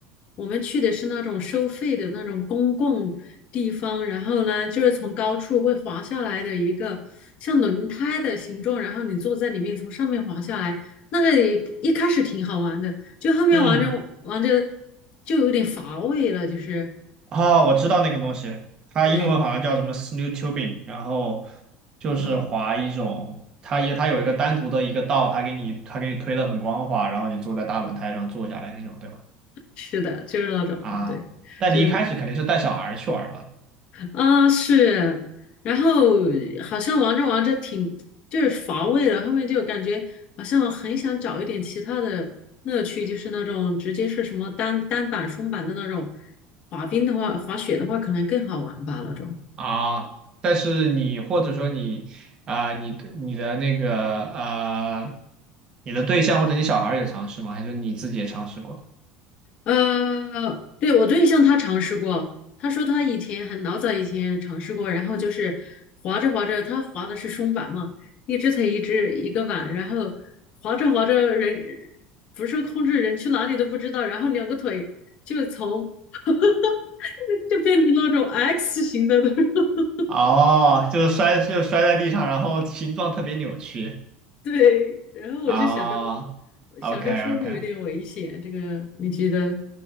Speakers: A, on the left; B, on the right.
A: 我们去的是那种收费的那种公共地方，然后呢，就是从高处会滑下来的一个像轮胎的形状，然后你坐在里面从上面滑下来，那个也一开始挺好玩的，就后面玩着玩着
B: 嗯。
A: 就有点乏味了，就是
B: 哦，我知道那个东西，它英文好像叫什么
A: 对
B: snow tubing，然后就是滑一种，
A: 啊，
B: 它一它有一个单独的一个道，它给你它给你推的很光滑，然后你坐在大轮胎上坐下来那种，对吧？
A: 是的，就是那种对。
B: 啊，但你一开始肯定是带小孩儿去玩儿吧？
A: 就是。啊，是，然后好像玩着玩着挺就是乏味了，后面就感觉好像很想找一点其他的乐趣，就是那种直接是什么单单板、双板的那种，滑冰的话，滑雪的话可能更好玩吧那种。
B: 啊，但是你或者说你啊、你的你的那个呃，你的对象或者你小孩儿有尝试吗？还是你自己也尝试过？
A: 呃，对，我对象他尝试过，他说他以前很老早以前尝试过，然后就是滑着滑着，他滑的是双板嘛，一只腿一只一个板，然后滑着滑着人不受控制，人去哪里都不知道，然后两个腿就从 <laughs> 就变成那种 X 型的那种 <laughs>
B: 哦，就是摔，就是摔在地上，然后形状特别扭曲。
A: 对，然后我就想着
B: 啊，OK
A: 想着是不是有点危险，
B: OK
A: 这个你觉得